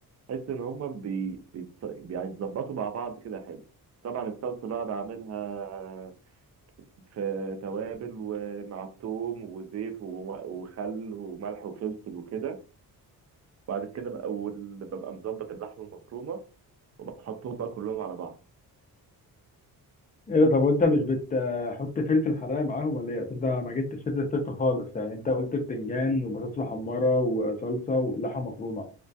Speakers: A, on the right; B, on the left.
A: بحس ان هما بي... بيتص- بيتظبطوا مع بعض كده حلو طبعا الصلصه بقى بعملها في توابل ومع الثوم وزيت و- وخل وملح وفلفل وكده بعد كده بقى وال- ببقى مظبط اللحمه المفرومه وبحطهم بقى كلهم على بعض
B: ايه ده طب وانت مش بتحط فلفل حراق معاهم ولا ايه؟ أصل ده ما جبتش سيره الفلفل خالص يعني انت قلت بتنجان وبطاطس محمره وصلصه ولحمه مفرومه